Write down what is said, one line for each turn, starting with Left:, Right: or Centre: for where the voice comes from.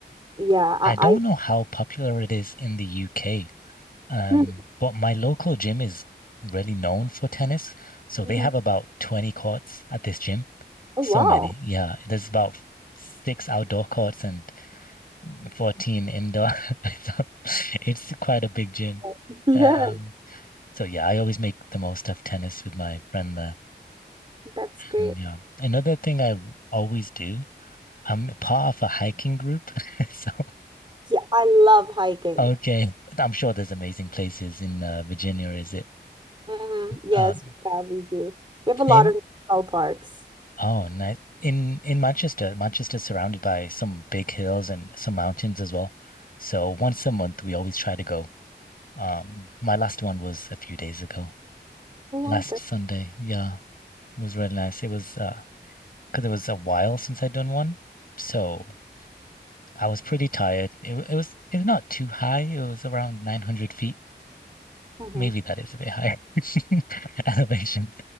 Right: yeah, I,
Left: I don't
Right: I
Left: know how popular it is in the UK, um,
Right: Hmm,
Left: but my local gym is really known for tennis. So
Right: <laughs>
Left: they
Right: Mhm.
Left: have about 20 courts at this gym.
Right: Oh
Left: So
Right: wow.
Left: many. Yeah. There's about six outdoor courts and 14 indoor. <laughs> So it's quite a big gym.
Right: <laughs> Yeah,
Left: Um, so yeah, I always make the most of tennis with my friend there.
Right: that's great.
Left: Mm, Yeah. Another thing I w- always do, I'm part of a hiking group. <laughs> So
Right: Yeah, I love hiking.
Left: Okay. I'm sure there's amazing places in uh, Virginia, is it?
Right: hmm Yes,
Left: Uh,
Right: yeah, we do. We have a lot
Left: same.
Right: of national parks.
Left: Oh, nice. In in Manchester, Manchester's surrounded by some big hills and some mountains as well. So once a month, we always try to go. Um, my last one was a few days ago,
Right: Who
Left: last
Right: want that?
Left: Sunday. Yeah, it was really nice. It was uh, because it was a while since I'd done one, so I was pretty tired. It wa- it was it's not too high. It was around 900 feet.
Right: hmm
Left: Maybe that is a bit high <laughs> elevation.